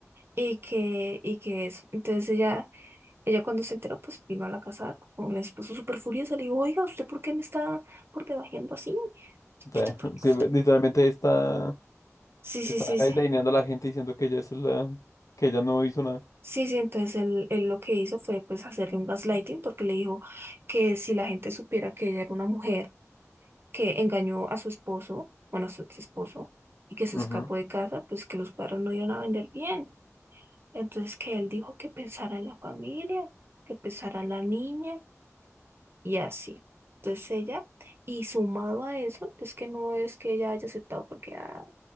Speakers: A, on the right; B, on the left.
A: Y que, y que eso. Entonces ella, ella cuando se enteró, pues vino a la casa con el esposo súper furiosa, le dijo, oiga, ¿usted por qué me está por debajeando así?
B: O sea,
A: ¿Usted por
B: <laughs> sí,
A: usted?
B: literalmente
A: por-".
B: está,
A: Sí,
B: está
A: sí, sí,
B: gaslightingando
A: sí.
B: a la gente diciendo que ella es la, que ella no hizo nada.
A: Sí, sí, entonces él, él lo que hizo fue pues hacerle un gaslighting porque le dijo que si la gente supiera que ella era una mujer que engañó a su esposo, bueno, a su ex esposo, y que se
B: Ujú,
A: escapó de casa, pues que los padres no iban a vender bien. Entonces que él dijo que pensara en la familia, que pensara en la niña y así. Entonces ella, y sumado a eso, es que no es que ella haya aceptado porque, ah,